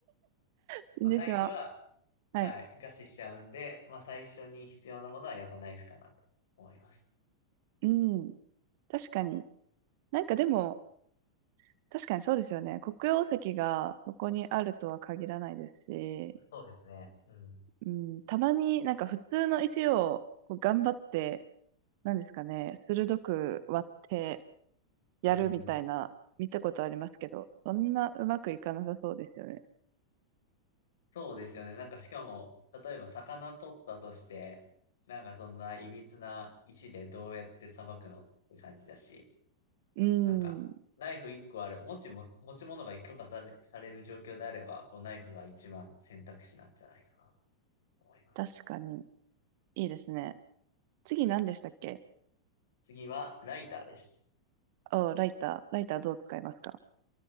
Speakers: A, on the right; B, on the left.
A: 死んでしまう。
B: まあ、ナイフは、
A: はい。
B: はい、餓死しちゃうんで、まあ、最初に必要なものはやっぱナイフかなと思います。
A: うん。確かに。なんかでも、確かにそうですよね。黒曜石がそこにあるとは限らないですし、
B: そうですね。うん。
A: うん、たまになんか普通の石をこう頑張って、なんですかね、鋭く割ってやるみたいな見たことありますけど、
B: うん。
A: そんなうまくいかなさそうですよね。
B: そうですよね。なんかしかも、例えば魚取ったとして、なんかそんな歪な石でどうやって捌くのって感じだし、
A: うん、
B: なんかナイフ1個ある、持ちも、持ち物が許可され、される状況であれば、こうナイフが一番の選択肢なんじゃないかなと思います。
A: 確かにいいですね。次何でしたっけ
B: 次はライターです。
A: お、ライター。ライターどう使いますか